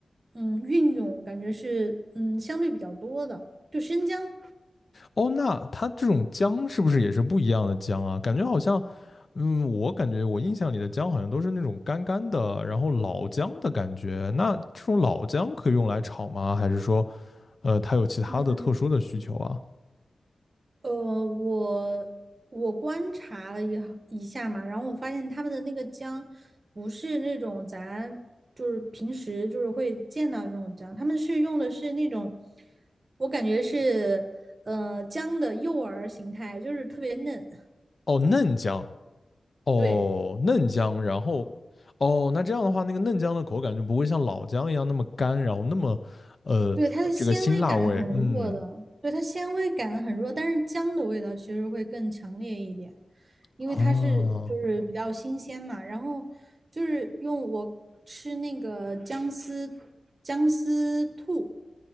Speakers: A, on the right; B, on the left.
A: 嗯，运用感觉是，嗯，相对比较多的，就生姜，
B: 哦，那它这种姜是不是也是不一样的姜啊？感觉好像，嗯，我感觉我印象里的姜好像都是那种干干的，然后老姜的感觉。那这种老姜可以用来炒吗？还是说，呃，它有其他的特殊的需求啊？
A: 嗯，呃，我我观察了一哈一下嘛，然后我发现他们的那个姜不是那种咱就是平时就是会见到那种姜，他们是用的是那种，我感觉是呃姜的幼儿形态，就是特别嫩，
B: 哦，嫩姜，哦，
A: 对
B: 嫩姜，然后，哦，那这样的话，那个嫩姜的口感就不会像老姜一样那么干，然后那么，呃，
A: 对，它的纤维感很弱的，
B: 这个辛辣味。嗯，
A: 对它纤维感很弱，但是姜的味道其实会更强烈一点。因为它是就是比嗯较新鲜嘛。
B: 啊，
A: 然后就是用我吃那个姜丝姜丝兔，